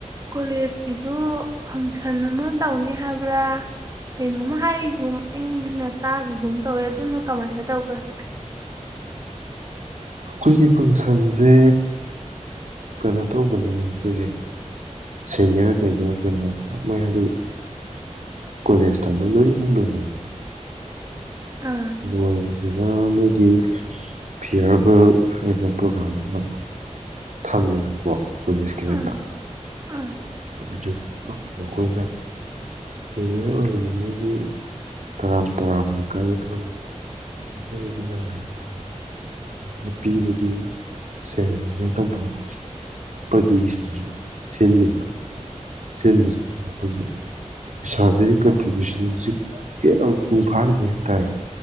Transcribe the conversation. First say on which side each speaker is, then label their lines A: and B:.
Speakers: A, on the right; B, on the right.
A: ꯀꯣꯂꯦꯖꯀꯤꯖꯨ ꯐꯪꯁꯟ ꯑꯃ ꯇꯧꯅꯤ ꯍꯥꯏꯕ꯭ꯔꯥ ꯀꯩꯅꯣꯝꯃ ꯍꯥꯏꯒꯨꯝ ꯑꯩꯅ ꯇꯥꯒꯤꯒꯨꯝ ꯇꯧꯋꯦ ꯑꯗꯨꯅ ꯀꯃꯥꯏꯅ ꯇꯧꯈ꯭ꯔꯒꯦ
B: ꯑꯩꯈꯣꯏꯒꯤ ꯐꯪꯁꯟꯁꯦ ꯀꯩꯅꯣ ꯇꯧꯕꯅꯤ ꯑꯩꯈꯣꯏꯁꯦ ꯁꯦꯅꯤꯌꯔꯈꯩꯗꯣ ꯑꯩꯈꯣꯏꯅ ꯃꯣꯏ ꯍꯟꯗꯛ ꯀꯣꯂꯦꯖ ꯇꯝꯕ ꯂꯣꯏꯅꯃꯛ ꯂꯣꯏꯅꯔꯦ
A: ꯑꯥ
B: ꯍꯣꯏ ꯑꯗꯨꯅ ꯃꯣꯏꯒꯤ ꯐꯤꯌꯥꯔꯋꯦꯜ ꯍꯥꯏꯅ ꯄ꯭ꯔꯣꯒ꯭ꯔꯥꯝ ꯑꯃ ꯊꯝꯃꯦꯕꯀꯣ ꯀꯣꯂꯦꯖꯀꯤꯗꯩꯗ
A: ꯑꯥ ꯑꯥ
B: ꯑꯩꯈꯣꯏ ꯁꯦꯅꯤꯌꯔ ꯑꯣꯏꯔꯤꯕ ꯃꯣꯏꯕꯨ ꯇꯔꯥꯝ ꯇꯔꯥꯝꯅ ꯀꯥꯏꯅ ꯊ ꯀꯖ ꯍꯧꯖꯤ ꯅꯪꯒꯥ ꯇ ꯁꯨꯃꯥꯏꯅ ꯄꯤꯕꯒꯤ ꯁꯦꯔꯃꯣꯅꯤ ꯑꯃꯇꯪ ꯄꯥꯡꯊꯣꯛꯄꯒꯤ ꯁꯨꯃꯥꯏꯅ ꯁꯤꯜꯂꯤꯕ ꯁꯤꯕꯁꯤꯗ ꯑꯩꯈꯣꯏꯁꯨ ꯄꯩꯁꯥꯁꯦ ꯀꯟꯇ꯭ꯔꯤꯕ꯭ꯌꯨꯁꯟꯁꯤ ꯍꯦꯟꯅ ꯃꯄꯨꯡ ꯐꯥꯍꯟꯅꯤꯡꯉꯦ ꯍꯥꯏꯇꯥꯥꯔꯦ